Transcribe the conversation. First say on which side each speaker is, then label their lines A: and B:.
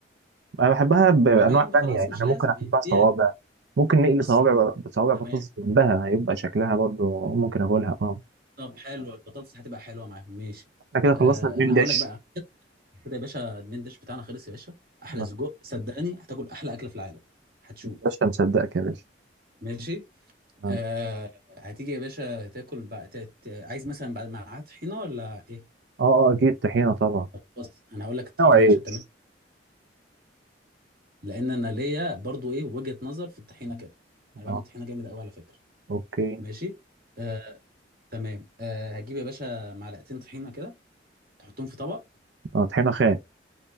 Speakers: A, on the right; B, on the right.
A: انا بحبها بانواع
B: تمام
A: تانية
B: خلاص
A: يعني
B: مش
A: انا
B: لازم
A: ممكن احبها
B: هي
A: صوابع
B: هي.
A: ممكن نقلي
B: بص
A: صوابع بصوابع بطاطس
B: تمام
A: جنبها هيبقى شكلها برضو ممكن اكلها اه
B: طب حلو البطاطس هتبقى حلوه معاهم ماشي
A: احنا كده
B: آه
A: خلصنا المين
B: انا
A: ديش
B: هقول لك بقى كده يا باشا المين ديش بتاعنا خلص يا باشا احلى
A: آه،
B: سجق صدقني هتاكل احلى اكله في العالم هتشوف
A: باشا مصدقك يا باشا
B: ماشي
A: اه
B: آه هتيجي يا باشا تاكل بقى ت... ت... عايز مثلا بعد معاها طحينه ولا ايه
A: اه آه، اكيد طحينه طبعا
B: طب بص انا هقول لك الطحينه
A: او عيش
B: يا باشا بتعمل لان انا ليا برضو ايه وجهه نظر في الطحينه كده انا بعمل
A: اه
B: طحينه جامد قوي على فكره
A: اوكي
B: ماشي آه تمام آه هتجيب يا باشا معلقتين طحينه كده تحطهم في طبق
A: اه طحينه خام